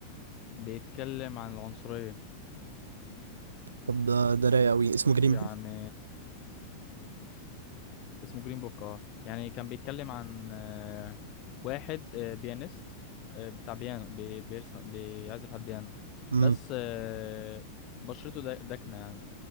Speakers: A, on the left; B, on the right.
A: بيتكلم عن العنصريه
B: طب ده ده رايق قوي اسمه جرين
A: يعني
B: بوك
A: اسمه جرين بوك اه يعني كان بيتكلم عن آه، واحد آه، بيانيست آه، بتاع بيانو بي- بيرسم بيعزف على البيانو
B: امم
A: بس آه، بشرته دا- داكنه يعني.